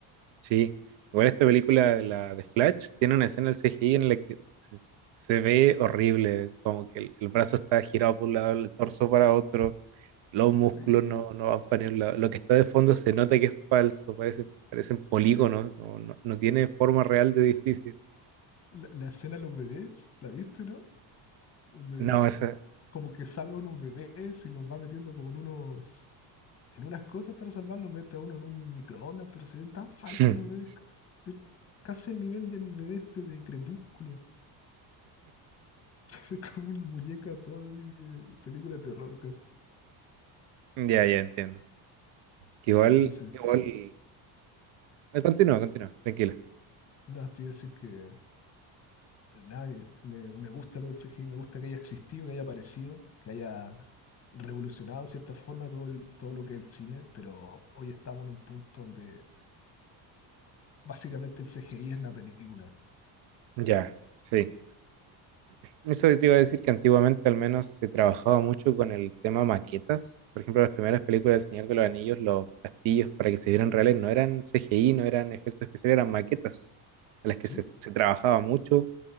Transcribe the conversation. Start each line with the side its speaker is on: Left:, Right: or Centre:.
Right: Sí, igual esta película, la de Flash, tiene una escena del CGI en la que se, se ve horrible, es como que el, el brazo está girado por un lado, el torso para otro, los músculos
Left: Sí.
Right: no, no van para ningún lado, lo que está de fondo se nota que es falso, parece, parecen polígonos, no, no, no tiene forma real de edificio.
Left: La, la escena de los bebés, ¿la viste, no? Donde
Right: No, esa...
Left: como que salva a unos bebés y los va metiendo como en unos, en unas cosas para salvarlos, mete a uno en un microondas, pero se ven tan falsos
Right: <clears throat>
Left: los bebés, ca- de- casi el nivel del bebé este de Crepúsculo. <laughs> Es como una muñeca toda de de película de terror casi.
Right: Ya, ya entiendo. Que igual,
Left: Entonces.
Right: igual... eh, Continúa, continúa, tranquila.
Left: Nada, te iba a decir que nada, que me, me gusta lo del CGI, me gusta que haya existido, que haya aparecido, que haya revolucionado de cierta forma todo, el- todo lo que es el cine, pero hoy estamos en un punto donde básicamente el CGI es la película.
Right: Ya, sí. Eso te iba a decir que antiguamente al menos se trabajaba mucho con el tema maquetas. Por ejemplo, las primeras películas del Señor de los Anillos, los castillos para que se vieran reales no eran CGI, no eran efectos especiales, eran maquetas a las que
Left: ¿Sí?
Right: se, se trabajaba mucho